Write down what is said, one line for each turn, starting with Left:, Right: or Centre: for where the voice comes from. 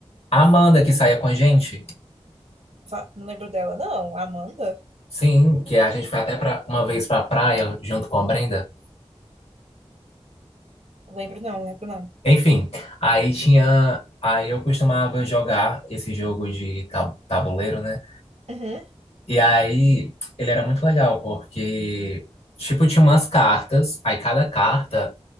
Left: A Amanda que saía com a gente.
Right: Va- Não lembro dela. Não, a Amanda?
Left: Sim, que a gente foi até pra, uma vez pra praia junto com a Brenda.
Right: Lembro não, lembro não.
Left: Enfim, aí tinha. Aí eu costumava jogar esse jogo de ta- tabuleiro, né?
Right: Uhum,
Left: E aí ele era muito legal, porque, tipo, tinha umas cartas, aí cada carta